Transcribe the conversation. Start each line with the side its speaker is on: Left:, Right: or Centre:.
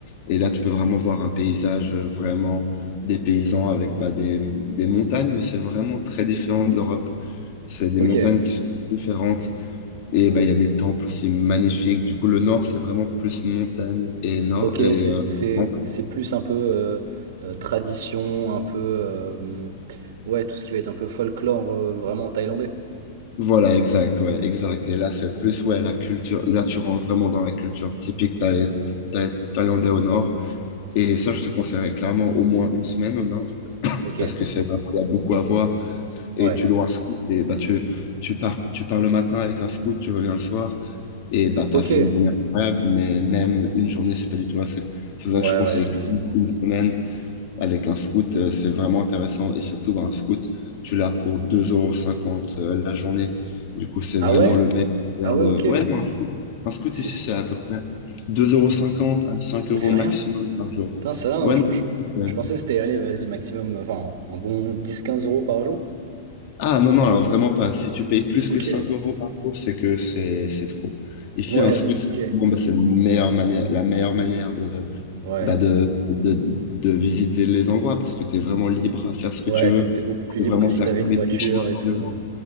Left: Et là, tu peux vraiment voir un paysage euh, vraiment des paysans avec bah, des, des montagnes, mais c'est vraiment très différent de l'Europe. C'est des
Right: ok.
Left: montagnes qui sont différentes. Et bah, il y a des temples aussi magnifiques. Du coup, le Nord, c'est vraiment plus montagne et Nord.
Right: Ok,
Left: Et,
Right: c'est
Left: euh,
Right: c'est-
Left: temple.
Right: c'est plus un peu euh, euh, tradition, un peu euh, ouais, tout ce qui va être un peu folklore euh, vraiment thaïlandais.
Left: Voilà, exact, ouais, exact. Et là, c'est plus, ouais, la culture. Là, tu rentres vraiment dans la culture typique thaï- thaï- thaïlandaise au Nord. Et ça, je te conseillerais clairement au moins une semaine au Nord.
Right: Ok,
Left: parce que c'est vrai qu'il y a beaucoup à voir. Et
Right: ouais,
Left: tu loues un scout et bah, tu, tu pars, tu pars le matin avec un scout, tu reviens le soir et bah, tu
Right: ok,
Left: as fait
Right: ouais,
Left: une journée incroyable, mais même une journée, c'est pas du tout assez. C'est pour ça
Right: ouais,
Left: que je conseille
Right: j'imagine.
Left: qu'une- une semaine avec un scout, euh, c'est vraiment intéressant et surtout bah, un scout, tu l'as pour 2,50€ euh, la journée. Du coup, c'est
Right: Ah
Left: vraiment
Right: ouais,
Left: le meilleur moyen
Right: ah ouais,
Left: de...
Right: ok,
Left: Ouais, non, un scout, un scout
Right: c'est
Left: ici, c'est à peu près 2,50€
Right: c'est-
Left: à 5€
Right: c'est
Left: maximum
Right: rien.
Left: par jour.
Right: Putain, c'est rien.
Left: Ouais,
Right: Je,
Left: non,
Right: je,
Left: c'est-
Right: je pensais que c'était allez, vas-y, maximum, enfin, un bon dix quinze euros par jour.
Left: Ah non, non, alors vraiment pas. Si tu payes plus
Right: Ok,
Left: que 5 euros par jour, c'est que c'est c'est trop. Ici,
Right: ouais,
Left: un scout,
Right: ok,
Left: c'est bon, bah, c'est la meilleure manière, la meilleure manière de,
Right: ouais,
Left: bah, de, de, de visiter les endroits parce que tu es vraiment libre à faire ce que
Right: ouais,
Left: tu veux.
Right: t'es t'es
Left: Tu
Right: beaucoup plus
Left: peux
Right: libre
Left: vraiment
Right: que si
Left: faire
Right: t'avais
Left: tous
Right: une
Left: les
Right: voiture
Left: petits chemins que
Right: et tout.
Left: tu veux.
Right: euh.